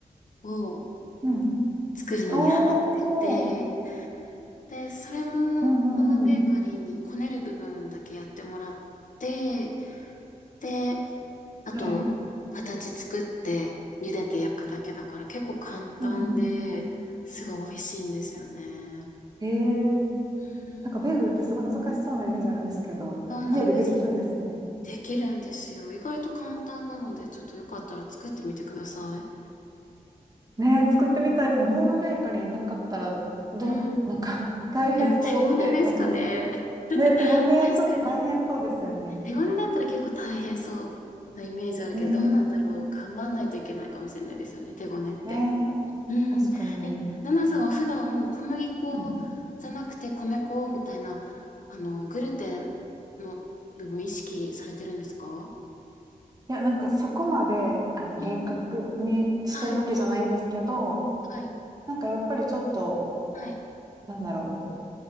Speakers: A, on the left; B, on the right.
A: を、
B: うん。
A: 作るのにハマっていて、
B: おー。
A: で、それもホームベーカリーにこねる部分だけやってもらって、
B: うんうんうん。
A: で、あと、
B: はい。
A: 形作って茹でて焼くだけだから結構簡単で、
B: うんうん
A: すごい美味しいんですよね。
B: ええ
A: うん
B: なんかベーグルってすごい難しそうなイメージあるんですけど、
A: そうなんです。
B: 家でできるんですね。
A: できるんですよ。意外と簡単なので、ちょっとよかったら作ってみてください。
B: ねえ、作ってみたい。でもホームベーカリーなかったら、
A: うん。
B: どん、
A: うん。
B: なんか <laughs> 大変そうって、
A: でも手ごねですかね。
B: なんか、ね、手ごね、
A: 確かに。
B: ちょっと大変そうですよね。
A: 手ごねだったら結構大変そうなイメージあるけど、
B: ね
A: どうなんだろう。頑張んないといけないかもしれないですよね、手ごねって。
B: え、ねえ、
A: うん。
B: 確かに。
A: え、ナナさんは普段小麦粉じゃなくて米粉みたいな、
B: うん
A: あの、グルテンの部分意識されてるんですか
B: いや、なんかそこまで、あの、
A: うん。
B: 厳格にしてるわけじゃないんですけど、
A: はい。はい。
B: なんかやっぱりちょっと、
A: はい。
B: なんだろう、